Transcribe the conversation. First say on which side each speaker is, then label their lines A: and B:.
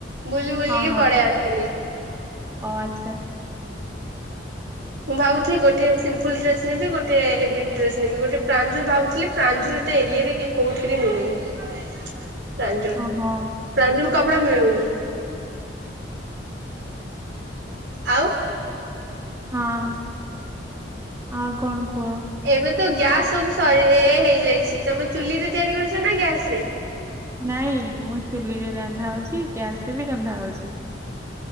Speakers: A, on the right; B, on the right.
A: ବୁଲି ବୁଲିକି
B: ହଁ ହଁ
A: ପଳେଆସିଲି।
B: ଓ ଆଚ୍ଛା।
A: ମୁଁ ଭାବୁଥି ଗୋଟିଏ ସିମ୍ପୁଲ୍ ଡ୍ରେସ୍ ନେବି ଗୋଟିଏ ହେବି ଡ୍ରେସେ ନେବି ଗୋଟେ ପ୍ରାଞ୍ଜୁ ଭାବୁଥୁଲି ପ୍ରାଞ୍ଜୁଲେଟେ ଏରିଆରେ କି କୋଉଠିରେ ମିଳୁନି। ପ୍ରାଞ୍ଜୁଲ୍
B: ଓହୋ
A: ପ୍ରଞ୍ଜୁଲ୍ କପଡା ମିଳୁନି। ଆଉ
B: ହଁ ଆଉ କଣ କୁହ?
A: ଏବେ ତ ଗ୍ୟାସ ସବୁ ସରି ଏ ହେଇଯାଇଛି ତମେ ଚୁଲିରେ ତିଆରି କରୁଛ ନା ଗ୍ୟାସରେ?
B: ନାଇଁ ମୁଁ ଚୁଲିରେ ରାନ୍ଧା ହୋଉଚି ଗ୍ୟାସରେ ବି ରନ୍ଧା ହୋଉଛି।